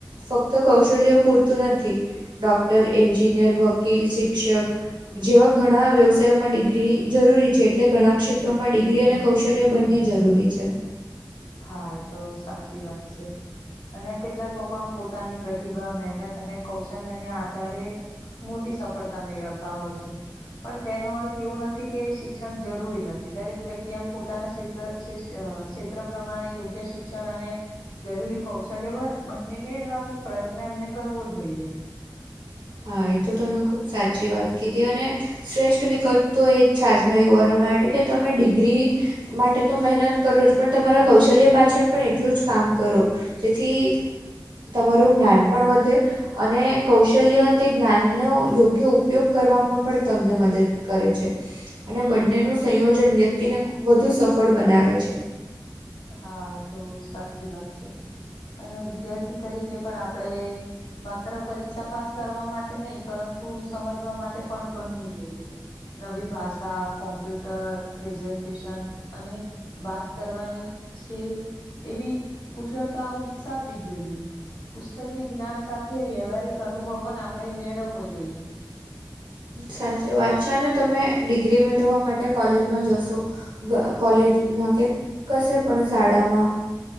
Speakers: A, on the right; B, on the left.
A: ફક્ત કૌશલ્યો પૂરતું નથી ડૉક્ટર એન્જિનિયર વકીલ શિક્ષક જેવા ઘણા વ્યવસાયોમાં ડિગ્રી જરૂરી છે એટલે ઘણા ક્ષેત્રોમાં ડિગ્રી અને કૌશલ્ય બનને જરૂરી છે
B: હા એ તો સાચી વાત છે અને કેટલાક લોકો આમ પોતાની પ્રતિભા મહેનત અને કૌશલ્યને આધારે મોટી સફળતા મેળવતા હોય છે પણ તેનો અર્થ એવો નથી કે શિક્ષણ જરૂરી નથી દરેક વ્યક્તિ એમ પોતાના ક્ષે અ ક્ષેત્ર પ્રમાણે યોગ્ય શિક્ષણ અને જરૂરી કૌશલ્ય બંને મેળવાનો પ્રયત્ન એમને કરવો જોઈએ
A: હા એ તો ત મેં ખૂબ સાચી વાત કીધી અને શ્રેષ્ઠ વિકલ્પ તો એ જ છે આજના યુવાનો માટે કે તમે ડિગ્રી માટે તો મહેનત કરો જ પણ તમારા કૌશલ્ય પાછળ પણ એટલું જ કામ કરો. જેથી તમારું જ્ઞાન પણ વધે અને કૌશલ્ય તે જ્ઞાનનો યોગ્ય ઉપયોગ કરવામાં પણ તમને મદદ કરે છે. અને બંનેનું સંયોજન વ્યક્તિને વધુ સફળ બનાવે છે.
B: હા એ તો સાચી વાત છે. અને વિદ્યાર્થી તરીકે પણ આપડે માત્ર પરીક્ષા પાસ કરવા માટે નહી પરંતુ સમજવા માટે પણ ભનવું જોઈએ. નવી ભાષા, કોમ્પ્યુટર, પ્રેઝન્ટેશન અને વાત કરવાની છે એવી કુશળતાઓ વિકસાવવી જોઈએ. પુસ્તક જ્ઞાન સાથે વ્યવહારિક અનુભવ પણ આપણે મેળવવો જોઈએ.
A: સાચી વાત છે, અને તમે ડિગ્રી મેળવવા માટે કોલેજમાં જશો કોલેજમાં કે કશે પણ શાળામાં